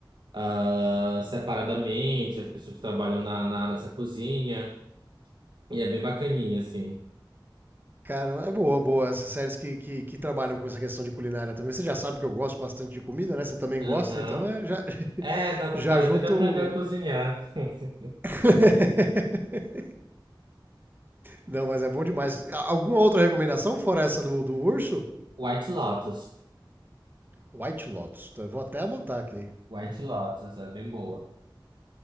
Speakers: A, on the right; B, on the right.
A: ah, separadamente, as pessoas que trabalham na, na nessa cozinha. E é bem bacaninha, assim.
B: Cara, é boa, boa. Essas séries que, que, que trabalham com essa questão de culinária também. Você já sabe que eu gosto bastante de comida, né? Você também
A: Aham.
B: gosta, então é, já, <laughs>
A: É, dá vontade
B: já junto.
A: até de aprender a cozinhar. <laughs>
B: <laughs> Não, mas é bom demais. A- Alguma outra recomendação, fora essa do, do urso?
A: White Lotus.
B: White Lotus. Tá? eu Vou até anotar aqui
A: White Lotus é bem boa.